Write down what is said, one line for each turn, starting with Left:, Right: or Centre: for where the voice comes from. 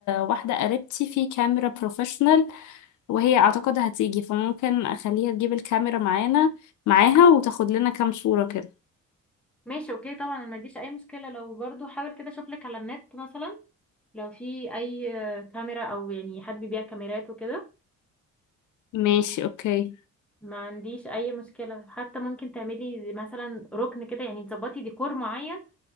Left: واحدة قريبتي في كاميرا بروفيشنال وهي أعتقد هتيجي فممكن أخليها تجيب الكاميرا معانا معاها وتاخد لنا كام صورة كده
Centre: ماشي اوكي طبعا أنا ما عنديش اي مشكله لو برضو حاول كده اشوف لك على النت مثلا لو في اي آه، كاميرا او يعني حد بيبيع كاميرات وكده
Left: ماشي أوكي
Centre: ما عنديش اي مشكله حتى ممكن تعملي زي مثلا ركن كده يعني تظبطي ديكور معين